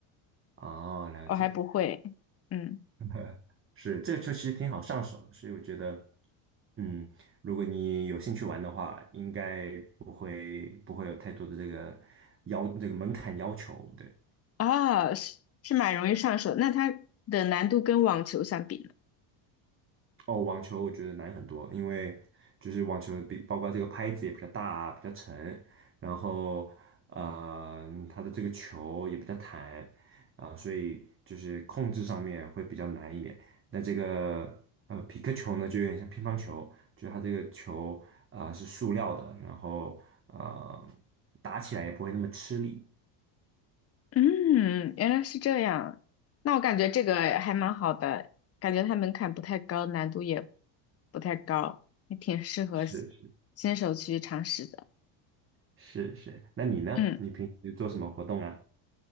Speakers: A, on the right (about 25°); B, on the left (about 30°).
A: 哦，了解。
B: 我还不会，嗯，
A: <laughs> 是，这个球其实挺好上手的，所以我觉得，嗯，如果你有兴趣玩的话，应该不会不会有太多的这个要这个门槛要求，对。
B: 啊，是是蛮容易上手，那它的难度跟网球相比呢？
A: 哦，网球我觉得难很多，因为就是网球比包括这个拍子也比较大啊比较沉，然后呃，它的这个球也比较弹啊，所以就是控制上面会比较难一点。那这个呃皮克球呢，就有点像乒乓球，就是它这个球啊，是塑料的，然后呃打起来也不会那么吃力。
B: 嗯，原来是这样。那我感觉这个还蛮好的，感觉它门槛不太高，难度也不太高，还挺适合新新手去尝试的。
A: 是是是是，那你呢？
B: 嗯，
A: 你平时做什么活动啊？